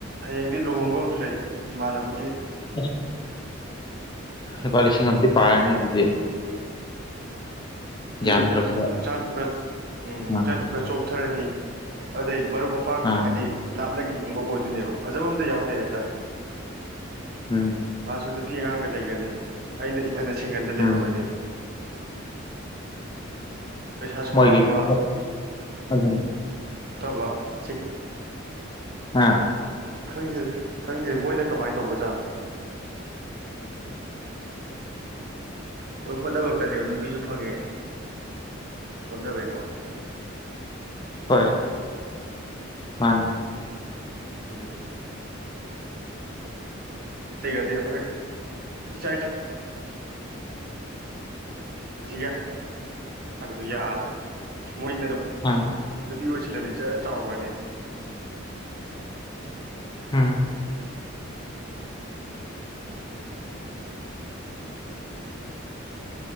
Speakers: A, on the right; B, on the left.
A: ꯍꯌꯦꯡꯗꯤ ꯂꯨꯍꯣꯡꯕ ꯑꯝꯖꯨ ꯂꯩ ꯏꯃꯥꯟꯅꯕꯒꯤ
B: <inaudible> ꯍꯩꯄꯥ ꯂꯤꯁꯤꯡ ꯑꯝꯗꯤ ꯄꯥꯏꯔꯅꯦ ꯑꯗꯨꯗꯤ
A: ꯑꯅꯤ
B: ꯌꯥꯝꯗ꯭ꯔꯕꯗ
A: ꯍꯛꯆꯥꯡꯆꯨ ꯈꯔ ꯎꯝ ꯍꯛꯆꯥꯡꯆꯨ
B: ꯑꯥ
A: ꯈꯔ ꯆꯣꯛꯊꯔꯅꯤ ꯑꯗꯩ ꯃꯔꯨꯞ ꯃ ꯄꯥꯡ
B: ꯑꯥ
A: ꯍꯥꯏꯗꯤ ꯂꯥꯞꯅꯒꯤꯒꯨꯝꯕ ꯑꯣꯏꯗꯣꯏꯅꯦꯕ ꯐꯖꯥꯕ ꯑꯝꯇ ꯌꯥꯎꯗꯦ ꯍꯥꯏꯇꯔꯦ
B: ꯎꯝ
A: ꯃꯥꯖꯨ ꯅꯨꯄꯤ ꯑꯉꯥꯡꯒ ꯂꯩꯒꯅꯤ ꯑꯩꯅ ꯏꯇꯟꯗ ꯁꯤꯡꯒꯟꯗ ꯂꯩꯍꯧꯔꯅꯤ
B: ꯎꯝ
A: ꯄꯩꯁꯥꯁꯨ
B: ꯃꯣꯏꯒꯤ
A: ꯃꯥꯡꯕ
B: <inaudible>
A: ꯊꯧꯕ ꯆꯤꯡ
B: ꯉꯥ
A: ꯈꯪꯗꯦꯗ ꯈꯪꯗꯦ ꯃꯣꯏꯅ ꯀꯃꯥꯏ ꯇꯧꯕꯖꯥꯠꯅꯣ ꯍꯣꯏ ꯍꯣꯠꯅꯕ ꯀꯜꯂꯦꯕ ꯅꯨꯄꯤꯖꯨ ꯐꯪꯉꯦ ꯍꯣꯠꯅꯕꯩꯀꯣ
B: ꯍꯣꯏ ꯃꯥꯅꯤ
A: ꯎꯝ ꯔꯩꯒ꯭ꯔꯗꯤ ꯍꯣꯏ ꯏꯆꯥ <inaudible> ꯁꯤꯒ ꯍꯥꯏꯕꯗꯨ ꯌꯥ ꯃꯣꯏꯅ ꯑꯗꯨ
B: ꯑꯥ
A: ꯅꯨꯄꯤ ꯑꯣꯏꯁꯤꯜꯂꯗꯤ ꯖꯔ ꯆꯥꯎꯒꯔꯅꯤ
B: ꯎꯝ